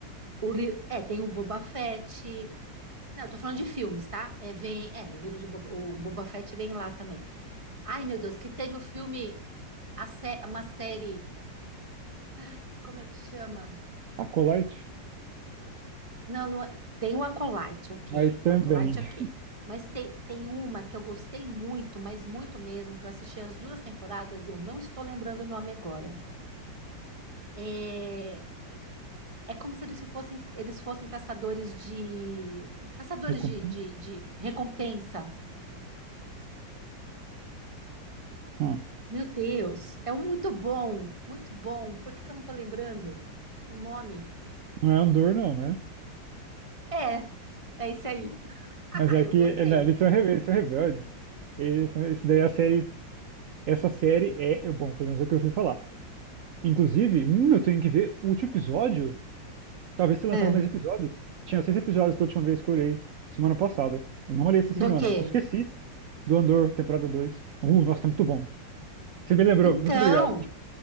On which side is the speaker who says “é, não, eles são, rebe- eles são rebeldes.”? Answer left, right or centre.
Right